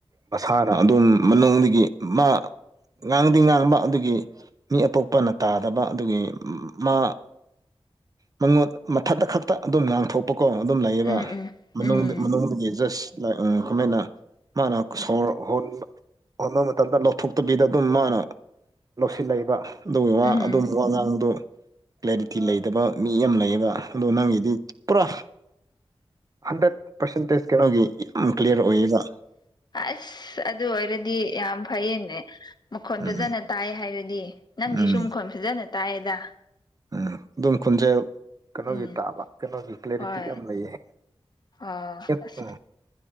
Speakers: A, on the right; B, on the left.
A: ꯃꯁꯥꯅ ꯑꯗꯨꯝ ꯃꯅꯨꯡꯗꯒꯤ ꯃꯥ ꯉꯥꯡꯗꯤ ꯉꯥꯡꯕ ꯑꯗꯨꯒꯤ ꯃꯤ ꯑꯇꯣꯞꯄꯅ ꯇꯥꯗꯕ ꯑꯗꯨꯒꯤ ꯃꯥ ꯃ ꯃꯊ ꯇ ꯀꯛꯇ ꯑꯗꯨꯝ ꯉꯥꯡꯊꯣꯛꯄꯀꯣ ꯑꯗꯨꯝ ꯂꯩꯌꯦꯕ
B: ꯎꯝ ꯎꯝ ꯎꯝ
A: ꯃꯅꯨꯡꯗꯒꯤ ꯖꯁ ꯀꯃꯥꯏꯅ ꯃꯥꯅ ꯁꯣꯔ ꯍ ꯍꯠꯅꯕ ꯃꯇꯝꯗ ꯂꯧꯊꯣꯛꯇꯕꯤꯗ ꯑꯗꯨꯝ ꯃꯥꯅ ꯂꯧꯁꯤꯜꯂꯛꯏꯕ ꯑꯗꯨꯒꯤ ꯋꯥ
B: ꯎꯝ
A: ꯑꯗꯨꯒꯨꯝꯕ ꯋꯥ ꯉꯥꯡꯕꯗꯨ ꯇꯤ ꯂꯩꯇꯕ ꯃꯤ ꯌꯥꯝ ꯂꯩꯌꯦꯕ ꯑꯗꯣ ꯅꯪꯒꯤꯗꯤ ꯄꯨꯔꯥ ꯍꯟꯗ꯭ꯔꯦꯠ ꯄꯔꯁꯦꯟꯇꯦꯖ ꯀꯩꯅꯣꯒꯤ ꯌꯥꯝ ꯀ꯭ꯂꯤꯌꯥꯔ ꯑꯣꯏꯌꯦꯕ
B: ꯑꯁ ꯑꯗꯨ ꯑꯣꯏꯔꯗꯤ ꯌꯥꯝ ꯐꯩꯌꯦꯅꯦ ꯃꯈꯣꯟ ꯐꯖꯅ
A: ꯎꯝ
B: ꯇꯥꯏ ꯍꯥꯏꯔꯗꯤ ꯅꯪꯒꯤ
A: ꯎꯝ
B: ꯁꯨꯝ ꯈꯣꯟ ꯐꯖꯅ ꯇꯥꯏꯌꯦꯗ
A: ꯎꯝ ꯑꯗꯨꯝ ꯈꯣꯟꯖꯦꯟꯁꯦ ꯀꯩꯅꯣꯒꯤ
B: ꯎꯝ
A: ꯇꯥꯕ ꯀꯩꯅꯣꯒꯤ ꯀ꯭ꯂꯦꯔꯤꯇꯤ
B: ꯍꯣꯏ
A: ꯌꯥꯝ ꯂꯩꯌꯦ
B: ꯑꯣ
A: ꯆꯄ
B: ꯑꯁ